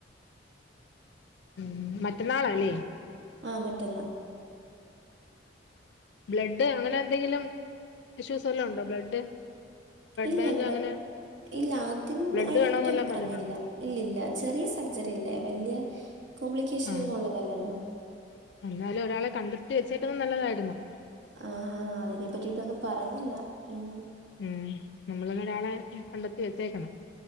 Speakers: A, on the left; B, on the right.
A: മ്മ് മറ്റന്നാളാല്ലേ
B: ആ മറ്റന്നാ
A: ബ്ലഡ് അങ്ങനെ എന്തെങ്കിലും ഇഷ്യൂസ് വല്ലോ ഉണ്ടോ ബ്ലഡ്
B: ഇല്ല
A: ബാങ്ക്
B: ബ്ലഡ്
A: അങ്ങനെ
B: ഇല്ല അതിൻ്റെ
A: ബ്ലഡ്
B: അയിനെ
A: വേണോന്നെല്ലാം
B: പറ്റി ഒന്നും പറഞ്ഞില്ല.
A: പറഞ്ഞിട്ടുണ്ടോ
B: ഇല്ലല്ല ചെറിയ സർജറി ആല്ലേ വലിയ കോംപ്ലിക്കേഷനൊന്നും
A: ആഹ്
B: ഒള്ളതല്ലല്ലോ.
A: എന്നാലും ഒരാളെ കണ്ടെത്തി വെച്ചേക്കുന്നത് നല്ലതായിരുന്നു.
B: ആ ആ അതിനെ പറ്റിയിട്ടൊന്നും പറഞ്ഞില്ല. മം
A: മ്മ് നമ്മളൊരാളെ കണ്ടെത്തി വെച്ചേക്കണം.